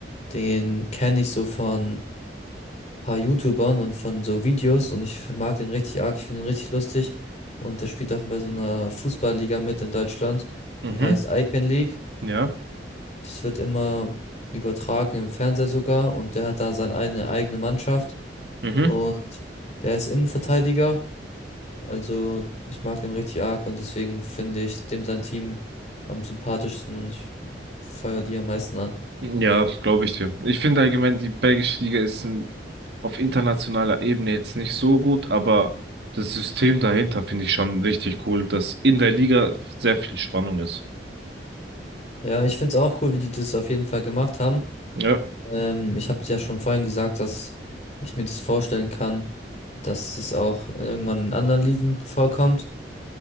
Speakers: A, on the left; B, on the right.
A: den kenne ich so von paar YouTubern und von so Videos und ich mag den richtig arg, ich finde ihn richtig lustig. Und der spielt auch bei so einer Fußballliga mit in Deutschland,
B: Mhm.
A: die heißt Icon League.
B: Ja.
A: Das wird immer übertragen im Fernseher sogar und der hat da seine eine eigene Mannschaft
B: Mhm.
A: und der ist Innenverteidiger. Also ich mag den richtig arg und deswegen finde ich dem sein Team am sympathischsten und ich feiere die am meisten an.
B: Ja, glaube ich dir. Ich finde allgemein, die belgische Liga ist ein, auf internationaler Ebene jetzt nicht so gut, aber das System dahinter finde ich schon richtig cool, dass in der Liga sehr viel Spannung ist.
A: Ja, ich finde es auch cool, wie die das auf jeden Fall gemacht haben.
B: Ja,
A: Ähm, ich habe ja schon vorhin gesagt, dass ich mir das vorstellen kann, dass das auch irgendwann in anderen Ligen vorkommt.